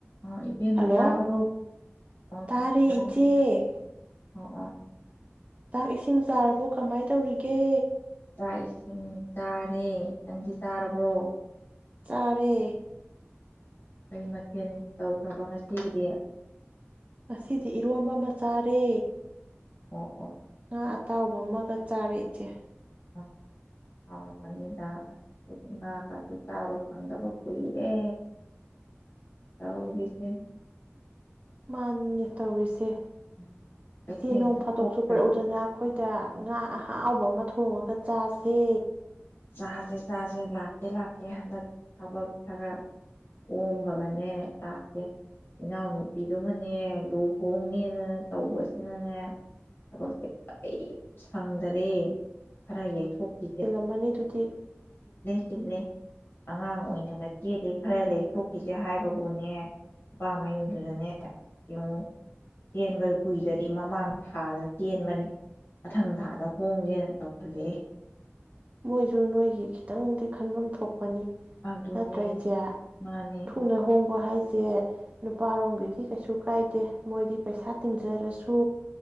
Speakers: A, on the left; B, on the right.
A: ꯑꯣ ꯏꯕꯦꯝꯃ
B: ꯍꯜꯂꯣ
A: ꯇꯕ꯭ꯔꯣ ꯑꯣ
B: ꯇꯥꯔꯦ ꯏꯆꯦ
A: <inaudible> ꯑꯣ ꯑꯣ
B: ꯆꯥꯛ ꯏꯁꯤꯡ ꯆꯥꯔꯕꯣ ꯀꯃꯥꯏ ꯇꯧꯔꯤꯒꯦ
A: ꯆꯥꯛ ꯏꯁꯤꯡ ꯆꯔꯦ ꯅꯪꯗꯤ ꯆꯔꯕꯣ
B: ꯆꯥꯔꯦ
A: ꯀꯩ ꯃꯊꯦꯜ ꯇꯧꯈ꯭ꯔꯕ ꯉꯁꯤꯒꯤꯗꯤ
B: ꯉꯁꯤꯗꯤ ꯏꯔꯣꯝꯕ ꯑꯃ ꯆꯔꯦ
A: ꯑꯣ ꯑꯣ
B: ꯉꯥ ꯑꯇꯥꯎꯕ ꯑꯃꯒ ꯆꯔꯦ ꯏꯆꯦ
A: ꯑꯝ ꯍꯥꯎꯔꯝ ꯃꯅꯤꯗ ꯑꯩꯈꯣꯏꯗꯤ ꯉꯥꯒꯁꯦ ꯆꯥꯕ ꯐꯪꯗꯕ ꯀꯨꯏꯔꯦ ꯇꯧꯔꯤꯁꯦ
B: ꯃꯅꯤꯅꯦ ꯇꯧꯔꯤꯁꯦ
A: ꯎꯝ ꯀꯩꯊꯦꯜꯁꯨ
B: ꯏꯆꯦ ꯅꯣꯡ ꯐꯗꯣꯛꯁꯨ
A: ꯊꯣꯛꯇ꯭ꯔꯕꯅꯤ
B: ꯀꯣꯏꯔꯛ ꯎ ꯗꯅ ꯑꯩꯈꯣꯏꯗ ꯉꯥ ꯑꯍꯥꯎꯕ ꯑꯃ ꯊꯣꯡꯉꯒ ꯆꯁꯦ
A: ꯆꯁꯦ ꯆꯁꯦ ꯂꯛꯀꯦ ꯍꯟꯗꯛ ꯊꯕꯛ ꯈꯔ ꯀꯣꯝꯕꯒꯅꯦ ꯂꯥꯛꯀꯦ ꯏꯅꯥꯎ ꯅꯨꯄꯤ ꯗꯨꯅꯅꯦ ꯂꯨꯍꯣꯡꯅꯤꯅꯅꯦ ꯇꯧꯕꯁꯤꯅꯅꯦ ꯊꯕꯛꯁꯦ ꯀꯔꯤꯝ ꯁꯪꯗꯔꯦ ꯈꯔ ꯌꯩꯊꯣꯛ <inaudible>
B: ꯃꯅꯤ ꯗꯨꯗꯤ
A: ꯆꯤꯟꯂꯤ ꯑꯉꯥꯡ ꯑꯣꯏꯅꯒ ꯆꯦꯟꯂꯦ ꯈꯔ ꯌꯩꯊꯣꯛꯈꯤꯁꯦ ꯍꯥꯏꯕꯕꯨꯅꯦ ꯅꯨꯄꯥ ꯃꯌꯨꯝꯗꯨꯅꯅꯦ ꯌꯦꯡꯉꯨ ꯆꯦꯟꯕ ꯀꯨꯏꯗꯔꯤ ꯃꯃꯥꯡ ꯊꯥꯗ ꯆꯦꯟꯕꯅꯦ ꯃꯊꯪ ꯊꯥꯗ ꯍꯣꯡꯁꯦꯅ ꯇꯧꯈꯠ ꯂꯛꯑꯦ
B: ꯃꯣꯏꯁꯨ ꯅꯣꯏꯒꯤ ꯈꯤꯇꯪꯗꯤ ꯈꯟꯐꯝ ꯊꯣꯛ ꯄꯅꯤ
A: ꯑꯗꯨꯅꯦ
B: ꯅꯠꯇ꯭ꯔ ꯏꯆꯦ
A: ꯃꯥꯅꯦ
B: ꯊꯨꯅ ꯍꯣꯡꯕ ꯍꯥꯏ ꯁꯦ ꯅꯨꯄꯥ ꯔꯣꯝꯒꯤꯗꯤ ꯀꯩꯁꯨ ꯀꯥꯏꯗꯦ ꯃꯣꯏꯗꯤ ꯄꯩꯁꯥ ꯇꯤꯡꯖꯔꯁꯨ